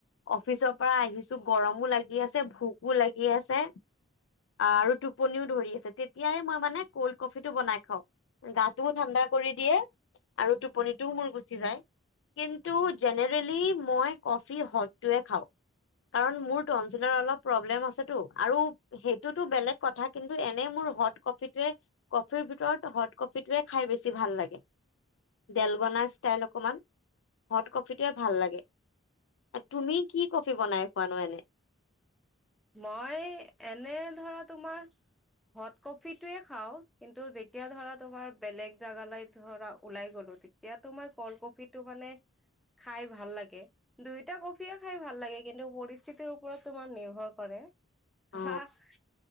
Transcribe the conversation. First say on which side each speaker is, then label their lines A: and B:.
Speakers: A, on the left (about 70°); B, in the centre.
A: অফিচৰ পৰা আহিছো গৰমো লাগি আছে, ভোকো লাগি আছে, আৰু টোপনিও ধৰি আছে, তেতিয়াই মই মানে কল্ড কফিটো বনাই খাওঁ, গাটোও ঠাণ্ডা কৰি দিয়ে আৰু টোপনি টো মোৰ গুচি যায়, কিন্তু জেনেৰেলি মই ক'ফি হতটোয়ে খাওঁ। কাৰণ মোৰ তনচিলৰ অলপ প্ৰব্লেম আছে টো, আৰু সেইটো টো বেলেগ কথা কিন্তু এনে মোৰ হত ক'ফিটোৱে, ক'ফিৰ ভিতৰত হত ক'ফিটোৱে খাই বেছি ভাল লাগে। ডেলগনা ষ্টাইল অকমান, হট ক'ফিটোৱে ভাল লাগে, তুমি কি ক'ফি বনাই খোৱানো এনে?
B: মই এনে ধৰা তোমাৰ, হট ক'ফিটোয়ে খাও কিন্তু যেতিয়া ধৰা তোমাৰ বেলেগ জেগালৈ ধৰা ওলাই গ'লো তেতিয়াতো মই কল্ড ক'ফিটো মানে খাই ভাল লাগে, দুয়োটা ক'ফিয়ে খাই ভাল লাগে, কিন্তু পৰিস্থিতিৰ ওপৰত তোমাৰ নিৰ্ভৰ কৰে <unintelligible>
A: অ